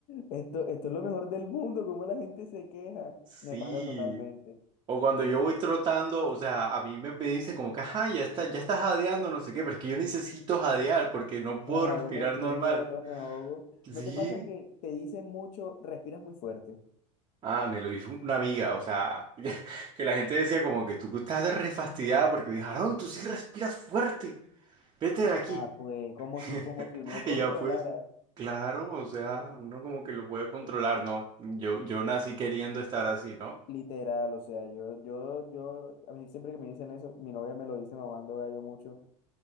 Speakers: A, on the left; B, on the right.
A: esto, esto es lo mejor del mundo, como la gente se queja.
B: Sí.
A: Me pasa totalmente.
B: O cuando yo voy trotando, o sea, a mí me, me dicen como que, ajá, ya está, ya estás jadeando, no sé qué, pero es que yo necesito jadear porque no puedo
A: Claro,
B: respirar
A: me, me
B: normal.
A: muero, me ahogo.
B: Sí.
A: ¿No te pasa que te dicen mucho, respiras muy fuerte?
B: Ah, me lo hizo una amiga, o sea, <laughs> que la gente decía como que tú estás refastidiada porque me dijo, Aarón, tú sí respiras fuerte, vete de aquí.
A: Ah, pues como
B: <laughs>
A: si, como si uno controlara,
B: Y ya pues, claro, o sea, uno como que lo puede controlar, ¿no? Yo, yo nací queriendo estar así, ¿no?
A: literal, o sea, yo, yo, yo, a mí siempre que me dicen eso, mi novia me lo dice mamando gallo mucho,